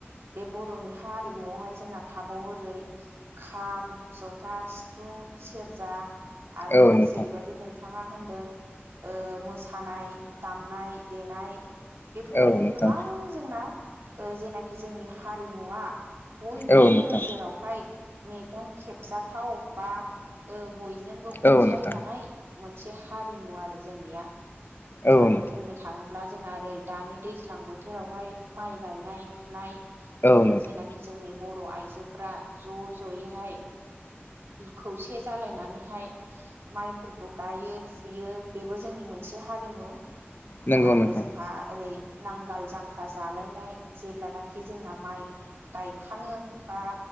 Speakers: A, on the right; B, on the left.
A: बे बर'नि हा हिमुआवहाय जोंना थाबावो ओरै खाम, जथा, सिफुं, सेरजा। आरो
B: औ नोंथां
A: जेरैबायदि नों बिथाङा होनदों ओ मोसानाय, दामनाय, देनाय बेफोरबायदि
B: औ नोंथां
A: गोबां जोंना ओ जेनाखि जोंनि हारिमुवा बयनिबो
B: औ नोंथां
A: नोजोरावहाय मेगन खेबजा थाव बा ओ बयजोंबो
B: औ
A: अनसायजानाय।
B: नोंथां
A: मोनसे हारिमु आरो जोंनिया
B: औ
A: मा
B: नोंथां
A: बुंनो थाङो अब्ला जोंना ओरै दानि दैज्लां बोथोरावहाय माइ गायनाय फुनाय
B: औ
A: ओ
B: नोंथां
A: जेनाखि जोंनि ब र'फ्रा ज' ज'यैहाय खौसे जालायनानैहाय माइफोरखौ गायो फुयो बेबो जोंनि मोनसे हारिमु
B: नंगौ
A: आरो
B: नोंथां
A: जोंहा ओरै नांगाल जांख्रा जालायनाय जेब्लानाखि जोंना माइ गायखाङो बा